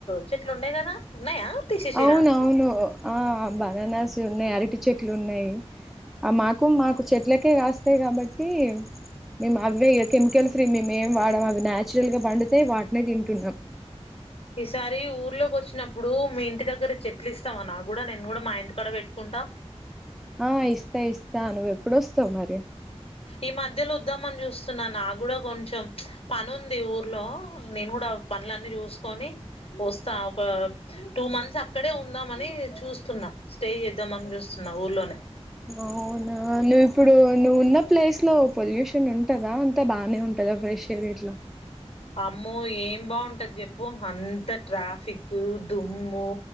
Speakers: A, on the left; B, in the centre.
A: చెట్లు ఉన్నాయి కదా ఉన్నాయా తీసేసిరా
B: అవున అవును ఆ అబ్బాన నా ఉయి అరటి చెట్లు ఉన్నాయి మాకు మాకు చెట్లకే కాస్తాయి కాబట్టి మేము అవే ఇ కెమికల్ ఫ్రీ మే ఏం వాడ అవి నచురల్గా పండిత వాటినే తింటున్నాం
A: ఈసారి ఊర్లోకి వచ్చినప్పుడు ఇప్పుడు మీ ఇంటి దగ్గర చెట్లు ఇస్తాంని నా కూడా నేను కూడా మా ఇంటి కడ పెట్టుకుంటా
B: ఆ ఇస్తా ఇస్తా నువ్వు ఎప్పుడుొస్తావు మరి
A: ఈ మధ్యలో వద్దాం అని చూస్తున్నా నా కూడా కొంచెం పను ఉంది ఊర్లో నేను కూడా పనులన్నీ చూసుకొని వస్తా ఒక టూ మంత్స్ అక్కడే ఉందాంమని చూస్తున్నా స్టే చేద్దామ అని చూస్తున్నా ఊర్లోనే
B: అవునా నువ్వు ఇప్పుడు నువ్వు ఉన్న ప్లేస్ లో పొల్యూషన్ ఉంటదా అంతా బానే ఉంటదా ఫ్రెష్ ఎయిర్ ఇీట్లో
A: అమ్మో ఏం బాగుంటది చెప్పు అంత ట్రాఫిక్ దుమ్ము